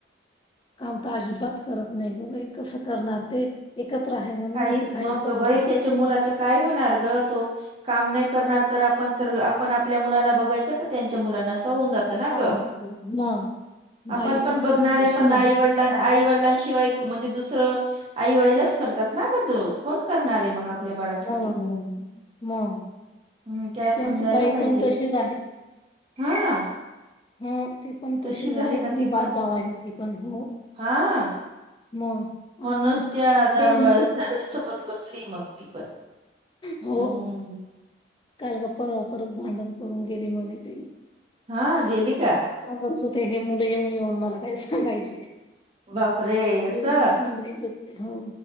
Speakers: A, on the left; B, on the right.
A: काम तर अजिबात करत नाही ग बाई. कसं करणार ते. एकत्र आहे म्हणून
B: काहीच
A: आता काही
B: मग
A: करणार
B: बाई त्याच्या मुलाच काय होणार ग तो काम नाही करणार तर आपण तर आपण आपल्या मुलाला बघायचं का त्यांच्या मुलांना अस हुन जात त ना
A: हा
B: ग
A: मग
B: आपण
A: बाई
B: पण बघणार
A: त्याशी
B: आहे
A: तशीच
B: पण आईवडलां
A: आहेत
B: आई वडिलांशिवाय म्हणजे दुसरं आई वडीलच करतात ना ग दो कोण करणारे मग आपल्या बाळासाठी.
A: मग मग
B: हम्म त्याला समजायला
A: त्यांची बाई
B: पाहिजे
A: पण तशीच आहे
B: हा.
A: हो ते पण
B: तशीच
A: तसेच
B: आहे का
A: मुबाद
B: ती पण
A: गाव आहे ते पण हो
B: हा.
A: मग
B: म्हणूनच
A: आम्ही
B: त्या दारळ
A: ते
B: दार सोबत कसली मग ती पण
A: हो
B: हम्म.
A: काल गप्पा परत भांडण करून गेली म्हणे त
B: हां गेली का?
A: सांगत होते हे मुले येऊन येऊन मला काय सांगायचे.
B: बापरे असं
A: येगले हो.